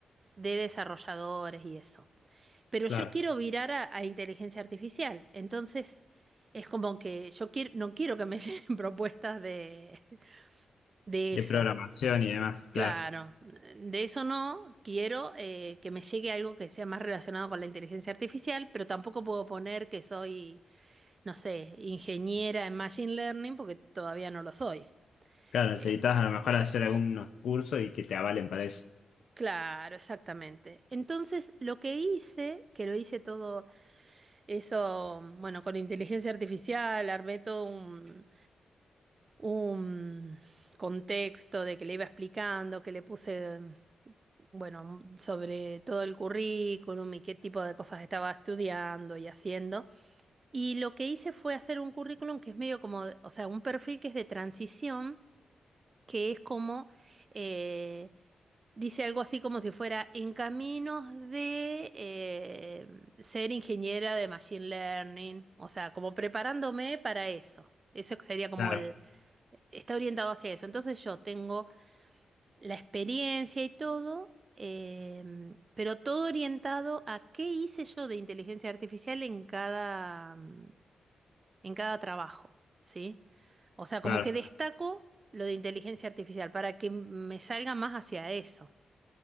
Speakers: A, on the right; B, on the left.
A: de desarrolladores y eso. Pero yo
B: Claro.
A: quiero virar a, a inteligencia artificial, entonces es como que yo quiero, no quiero que me <laughs> lleguen propuestas de, de
B: De
A: eso.
B: programación y demás, claro.
A: Claro, de eso no quiero eh, que me llegue algo que sea más relacionado con la inteligencia artificial, pero tampoco puedo poner que soy, no sé, ingeniera en machine learning porque todavía no lo soy.
B: Claro, necesitas
A: Es-
B: a lo mejor hacer algunos cursos y que te avalen para eso.
A: claro, exactamente. Entonces, lo que hice, que lo hice todo eso, bueno, con inteligencia artificial, armé todo un, un contexto de que le iba explicando, que le puse bueno, sobre todo el currículum y qué tipo de cosas estaba estudiando y haciendo. Y lo que hice fue hacer un currículum que es medio como, o sea, un perfil que es de transición, que es como, eh, dice algo así como si fuera en caminos de eh, ser ingeniera de Machine Learning, o sea, como preparándome para eso. Eso sería como
B: Claro,
A: el, está orientado hacia eso. Entonces yo tengo la experiencia y todo, em, pero todo orientado a qué hice yo de inteligencia artificial en cada, mm, en cada trabajo, ¿sí? O sea, como
B: claro.
A: que destaco lo de inteligencia artificial para que me salga más hacia eso.